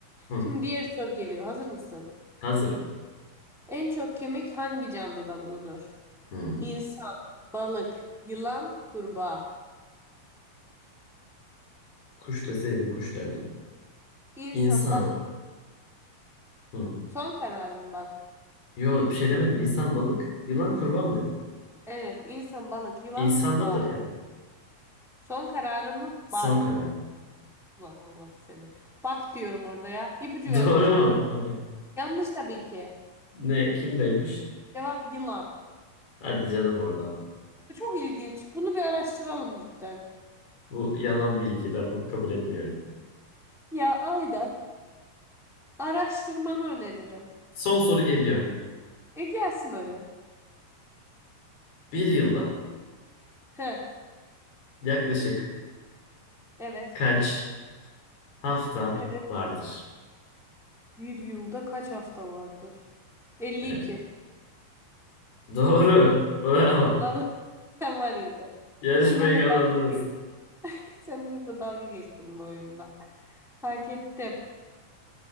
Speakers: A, on the left; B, in the centre.
A: Hı.
B: Şimdi diğer soru geliyor. Hazır mısın?
A: Hazırım.
B: En çok kemik hangi canlıda bulunur?
A: Hı.
B: İnsan, balık, yılan, kurbağa.
A: Kuş deseydin kuş derdim.
B: İnsan,
A: İnsan.
B: balık.
A: Hı.
B: Son kararım bak.
A: Yo bir şey demedim. İnsan balık. Yılan kurbağa mı dedim?
B: Evet, insan, balık, yılan,
A: İnsandadır
B: kurbağa.
A: ya.
B: Son kararın mı?
A: Son
B: Bak.
A: karar.
B: Ulan Allah seni. Bak diyorum orada ya. İpucu
A: <laughs>
B: vermeye
A: Doğru
B: çalışıyorum.
A: mu? <laughs>
B: Yanlış tabii ki.
A: Ne? Kimdeymiş?
B: Cevap yılan.
A: Hadi canım oradan.
B: Bu çok ilginç. Bunu bir araştıralım cidden.
A: Bu yalan bilgi. Ben bunu kabul etmiyorum.
B: Ya Ayda Araştırmanı öneririm.
A: Son soru geliyor.
B: E gelsin hadi.
A: Bir yılda
B: He,
A: yaklaşık
B: evet.
A: kaç hafta
B: Evet.
A: vardır?
B: Bir yılda kaç hafta vardır? 52.
A: Evet. Doğru. Bravo.
B: Lan sen var ya sen.
A: Yarışmayı
B: Sen benimle
A: kazandınız.
B: dalga geçtin. <laughs> Sen benimle dalga geçtin bu oyunda. Fark ettim.